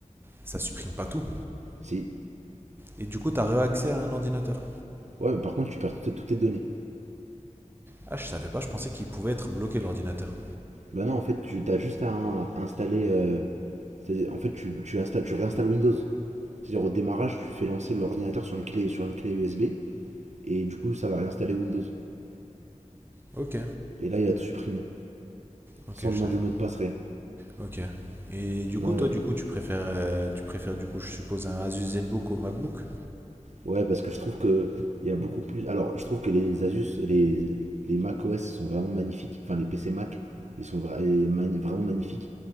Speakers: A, on the right (about 15°); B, on the right (about 60°).
A: ça supprime pas tout.
B: si.
A: Et du coup, tu as réaccès à un ordinateur.
B: Ouais, mais par contre, tu perds toutes, toutes tes données.
A: Ah, je savais pas, je pensais qu'il pouvait être bloqué l'ordinateur.
B: Bah, non, en fait, tu as juste à, un- à installer. euh, en fait, tu, tu, installes, tu réinstalles Windows. C'est-à-dire au démarrage, tu fais lancer l'ordinateur sur une clé sur une clé USB et du coup ça va réinstaller Windows.
A: Ok,
B: Et là il a tout supprimé
A: ok,
B: sans
A: je
B: demander
A: savais
B: de
A: pas.
B: mot de passe rien.
A: Ok. Et du coup,
B: Ouais, ouais.
A: toi, du coup, tu préfères, euh, tu préfères, du coup, je suppose, un Asus ZenBook au MacBook.
B: Ouais, parce que je trouve que il y a beaucoup plus. Alors je trouve que les Asus, les les Mac OS sont vraiment magnifiques. Enfin les PC Mac, ils sont vra- et mani- vraiment magnifiques.